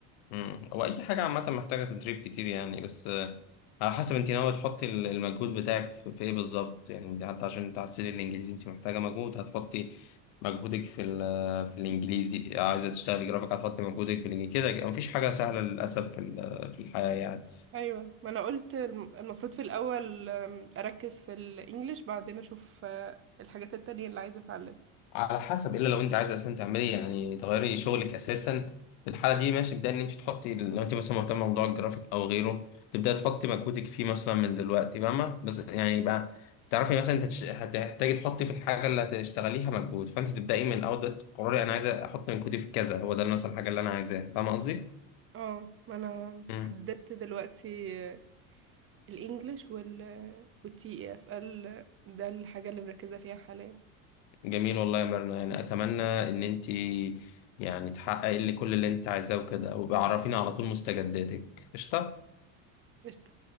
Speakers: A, on the left; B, on the right.
A: امم هو اي حاجه عامه محتاجه تدريب كتير يعني بس آه، على حسب انت ناوي تحطي ال- المجهود بتاعك في في ايه بالظبط يعني انت حتى عشان تعسلي الانجليزي انت محتاجه مجهود هتحطي مجهودك في ال- في الانجليزي عايزه تشتغلي جرافيك هتحطي مجهودك في الانجليزي كده مفيش حاجه سهله للاسف في ال- في الحياه يعني
B: ايوه ما انا قلت الم- المفروض في الاول أم، اركز في الانجليش بعدين اشوف آه، الحاجات التانية اللي عايزة اتعلمها
A: على حسب الا لو انت عايزه اساسا تعملي يعني تغيري شغلك اساسا في الحاله دي ماشي ابداي ان انت تحطي لو انت مثلا مهتمه بموضوع الجرافيك او غيره تبداي تحطي مجهودك فيه مثلا من دلوقتي فاهمه بس يعني يبقى تعرفي مثلا انت هتش- هتحتاجي تحطي في الحاجه اللي هتشتغليها مجهود فانت تبداي من الاول دلوقتي تقرري انا عايزه احط مجهودي في كذا هو ده مثلا الحاجه اللي انا عايزاها فاهمه قصدي؟
B: اه ما انا
A: مم.
B: حددت دلوقتي آه، الانجليش وال والتي اف ال ده الحاجة اللي مركزة فيها حاليا
A: جميل والله يا مرنا يعني اتمنى ان انت يعني تحققي اللي كل اللي انت عايزاه وكده وابقى عرفيني على طول مستجداتك قشطه
B: قشطة